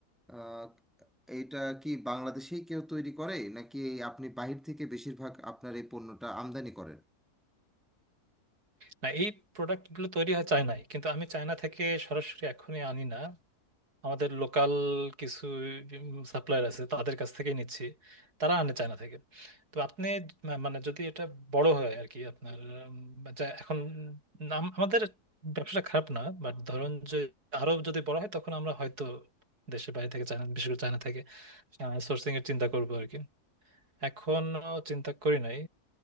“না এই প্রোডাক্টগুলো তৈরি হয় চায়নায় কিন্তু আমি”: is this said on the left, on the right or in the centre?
Right